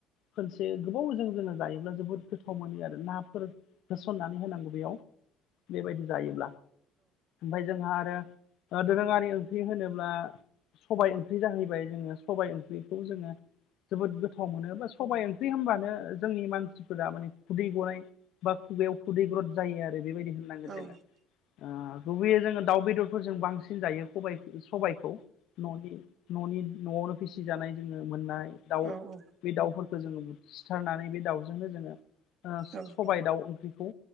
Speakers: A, on the left; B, on the right.
A: खनसे गोबावजों जोङो जायोब्ला जोबोद गोथाव मोनो आरो नाफोर होसननानै होनांगौ बेयाव बेबायदि जायोब्ला। ओमफाय जोंहा आरो दोरोङारि ओंख्रि होनोब्ला सबाय ओंख्रि जाहैबाय, जोङो सबाय ओंख्रिखौ जोङो जोबोद गोथाव मोनो बा सबाइ ओंख्रि होनबानो जोंनि मानसि मानसिफोरा माने खुदै गनाय बा खुगायाव खुदैग्रद जायो आरो बेबायदि होननांगोन
B: औ
A: जोङो। ओ गुबैयै जोङो दाउ बेदरफोरजों बांसिन जायो खबायखौ सबायखौ न'नि न'नि न'आवनो फिसिजानाय जोङो मोननाय दाउ
B: औ
A: बे दाउफोर खौ जोङो सिथारनानै बे दाउजोंनो जोङो ओ
B: औ
A: सबाय दाउ ओंख्रिखौ